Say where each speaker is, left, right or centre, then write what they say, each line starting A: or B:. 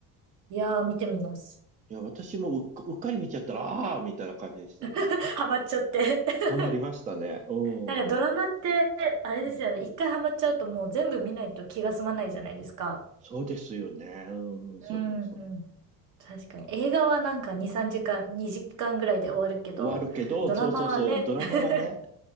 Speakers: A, on the right; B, on the right.
A: いやー、見てみます。
B: いや、私もうっか、うっかり見ちゃったら、ああーみたいな感じでしたね。
A: <laughs> ハマっちゃって。<laughs>
B: ハマりましたね。うん。
A: なんかドラマって、
B: う
A: あれですよね。
B: ん。
A: 一回ハマっちゃうともう全部見ないと気が済まないじゃないですか。
B: そうですよね。うん、そうそうそう。
A: うん、うん。確かに。映画はなんか2、3時間、2時間ぐらいで終わるけど、
B: 終わるけど、
A: ドラマはね、
B: そうそうそう、ドラマはね。
A: <laughs>